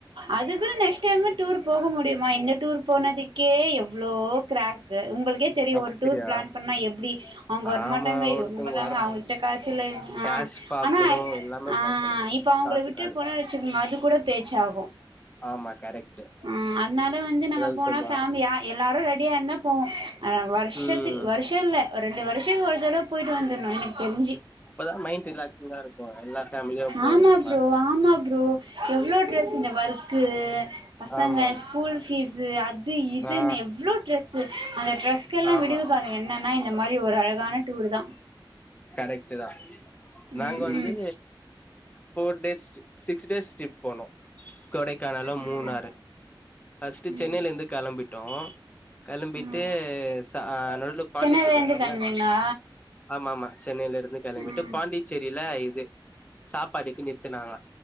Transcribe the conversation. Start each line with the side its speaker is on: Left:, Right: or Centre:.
Right: அதுக்குன்னு நெக்ஸ்ட் டைம் டூர் போக முடியும இந்த டூர் போனதுக் கே எவ்ளோ க்ராக்கு உங்ளுக்கே தெரியும்
Left: அப்டியா
Right: ஒரு டூர் பிளான் பண்ணா எப்டி அவங்க வரமாட்டாங்க
Left: ஆமா ஒருத்தங்க
Right: இவங்க வரமாட்டாங்க, அவகிட்ட காசு இல்ல ஆ
Left: கேஷ் பாக்கணு
Right: ஆனா,
Left: எல்லாமே
Right: ஆ
Left: பாக்கணு
Right: இப் இப்ப அவங்கள
Left: காசுக்காக
Right: விட்டு போன வச்சுக்கோங்க? அது கூட பேச்சாகு.
Left: ஆமா கரெக்ட்
Right: ஆ அனால வந்து நம்ம
Left: ஏதாவது
Right: போனா
Left: சொல்லுவாங்க
Right: ஃபேமிலியா. எல்லாரு ரெடியா இருந்தா போவோ. ஆனா வருஷத்துக்கு
Left: ம்
Right: வருஷ் ட் இல்ல. ஒரு ரெண்டு வருஷ ஒரு தடவ போயிட்டு வந்தரணு. எனக்கு தெரிஞ்சி?.
Left: அப்பதா மைண்ட் ரிலாக்சிங்கா இருக்கு எல்லா ஃபேமிலியா போறது
Right: ஆமா ப்ரோ,
Left: பாக்க
Right: ஆமா ப்ரோ எவ்ளோ க்ரஸ்
Left: ம்
Right: இந்த ஒர்க்கு. பசங்க
Left: ஆமா
Right: ஸ்கூல் பபீஸு அது இதுன்னு
Left: ஆ
Right: எவ்ளோ. ட்ரெஸ், அந்த ட்ரெஸ்கெல்லா
Left: ஆமா
Right: விடிவு காலோ என்னென்னா இந்த மாரி ஒரு அழகான டூர்தா.
Left: கரெக்டுதா. நாங்க
Right: ம்
Left: வந்து
Right: ம்
Left: four days. Six days trip போனோ கொடைக்கானலும்,
Right: ம்
Left: மூனாறு ஃபஸ்ட்
Right: ம்
Left: சென்னையிலந்து களம்பிட்டோ களம்பிட்டு
Right: ம்
Left: சா நடுல பாண்டிச்சேரி
Right: சென்னையிலருந்து
Left: இருக்குல்ல
Right: கெளம்புவீங்களா
Left: ஆமா ஆமா சென்னையில இருந்து கெளம்பிட்டு.
Right: ம்
Left: பாண்டிச்சேரியில இது சாப்பாடுக்கு நிறுத்தனாங்க.